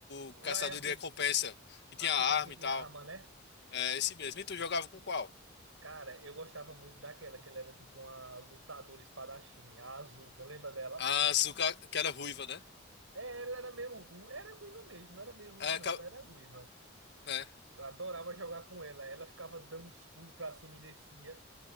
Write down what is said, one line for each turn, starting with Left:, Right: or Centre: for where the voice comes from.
Right: O
Left: o caçador
Right: Ryan, aquele,
Left: de recompensa, que
Right: aquele
Left: tinha arma
Right: que tinha
Left: e tal.
Right: arma, né?
Left: É esse mesmo. E tu jogava com qual?
Right: Cara, eu gostava muito daquela, que ela era tipo uma lutadora espadachim, a Azuka, lembra dela?
Left: A Azuka, que era ruiva, né?
Right: É, ela era meio ruiva, era ruiva mesmo, não era meio ruiva
Left: É,
Right: não,
Left: ca-
Right: ela era ruiva.
Left: né?
Right: Eu adorava jogar com ela, ela ficava dando uns pulos pra cima e descia.